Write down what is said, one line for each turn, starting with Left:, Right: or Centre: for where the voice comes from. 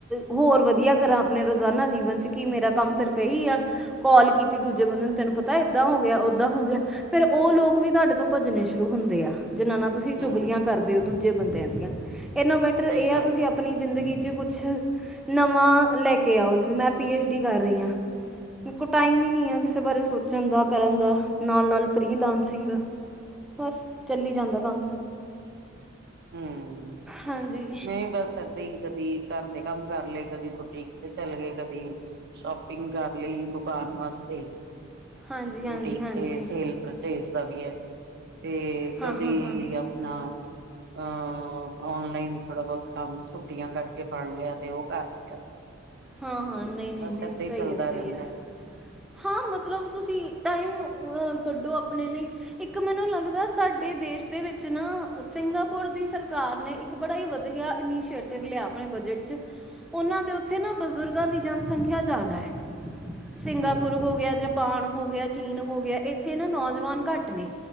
Centre: ਹੋਰ ਵਧੀਆ ਕਰਾਂ ਅਪਣੇ ਰੋਜ਼ਾਨਾ ਜੀਵਨ ਚ ਕੀ ਮੇਰਾ ਕੰਮ ਸਿਰਫ ਇਹੀ ਆ, ਕੋਲ ਕੀਤੀ ਦੂਜੇ ਬੰਦੇ ਨੂੰ ਤੈਨੂੰ ਪਤਾ ਏਦਾਂ ਹੋ ਗਿਆ, ਔਦਾਂ ਹੋ ਗਿਆ ਫਿਰ ਉਹ ਲੋਕ ਵੀ ਤੁਹਾਡੇ ਤੋਂ ਭੱਜਣੇ ਸ਼ੁਰੂ ਹੁੰਦੇ ਆ ਜਿਨਾ ਨਾ ਤੁਸੀਂ ਚੁਗਲੀਆਂ
Right: ਹਮ
Centre: ਕਰਦੇ ਹੋ ਦੂਜੇ ਬੰਦਿਆਂ ਦੀਆਂ। ਏਨਾ ਬੈਟਰ ਇਹ
Right: ਸਹੀ
Centre: ਆ
Right: ਗੱਲ
Centre: ਤੁਸੀਂ
Right: ਹੈ
Centre: ਅਪਣੀ ਜ਼ਿੰਦਗੀ ਕੁਛ ਨਵਾਂ ਲੈਕੇ ਆਓ, ਜਿਵੇਂ ਮੈਂ ਪੀ ਐਚ ਡੀ ਕਰ ਰਹੀ ਹਾਂ। ਮੇਰੇ ਕੋਲ ਟਾਈਮ ਹੀ ਨਹੀ ਆ ਕਿਸੇ ਬਾਰੇ ਸੋਚਣ ਦਾ, ਕਰਨ ਦਾ, ਨਾਲ ਨਾਲ ਫਰੀ ਲਾਂਸਿੰਗ ਬਸ ਚੱਲੀ ਜਾਂਦਾ ਕੰਮ
Right: ਹੂੰ,
Centre: ਹਾਂਜੀ
Right: ਨਹੀ ਬਸ ਏਦਾਂ ਈ ਕਦੀ ਘਰ ਦੇ ਕੰਮ ਕਰ ਲਏ, ਕਦੀ ਬੁਟੀਕ ਤੇ ਚੱਲੇ ਗਏ, ਕਦੀ ਸ਼ੋਪਿੰਗ ਕਰ ਲਈ, ਦੁਕਾਨ ਵਾਸਤੇ,
Centre: ਹਾਂਜੀ ਹਾਂਜੀ
Right: ਬੁਟੀਕ
Centre: ਹਾਂਜੀ
Right: ਤੇ ਸੇਲ ਪਰਚੇਸ ਦਾ ਵੀ ਹੈ। ਤੇ
Centre: ਹਾਂ
Right: ਕਦੀ
Centre: ਹਾਂ ਹਾਂ
Right: ਅਪਣਾ ਅਹ ਔਨਲਾਈਨ ਥੋੜਾ ਬਹੁਤ ਕੰਮ ਛੁੱਟੀਆਂ ਕਰਕੇ ਫੜ ਲਿਆ, ਤੇ ਉਹ ਕਰ ਲਿਆ।
Centre: ਹਾਂ
Right: ਤੇ
Centre: ਹਾਂ, ਨਹੀਂ ਨਹੀਂ
Right: ਬਸ
Centre: ਨਹੀਂ
Right: ਏਦਾਂ ਹੀ
Centre: ਸਹੀ
Right: ਚੱਲਦਾ
Centre: ਆ, ਸਹੀ
Right: ਰਹਿੰਦਾ
Centre: ਆ ਹਾਂ ਮਤਲਬ ਤੁਸੀਂ ਟਾਈਮ ਹੋਰ ਕੱਢੋ ਅਪਣੇ ਲਈ। ਇੱਕ ਮੈਨੂੰ ਲੱਗਦਾ ਸਾਡੇ ਦੇਸ਼ ਦੇ ਵਿੱਚ ਨਾ ਸਿੰਗਾਪੁਰ ਦੀ ਸਰਕਾਰ ਨੇ ਇੱਕ ਬੜਾ ਹੀ ਵਧਿਆ ਇਨਿਸੇ਼ਟਿਵ ਲਿਆ ਅਪਣੇ ਬਜਟ ਚ, ਉਹਨਾਂ ਦੇ ਉ ਉਥੇ ਨਾ ਬਜ਼ੁਰਗਾਂ ਦੀ ਜਨਸੰਖਿਆ ਜ਼ਿਆਦਾ ਹੈ। ਸਿੰਗਾਪੁਰ
Right: ਹਮ
Centre: ਹੋ ਗਿਆ ਜ ਜਪਾਨ ਹੋ ਗਿਆ, ਚੀਨ ਹੋ ਗਿਆ, ਇੱਥੇ ਨਾ ਨੌਜਵਾਨ ਘੱਟ ਨੇ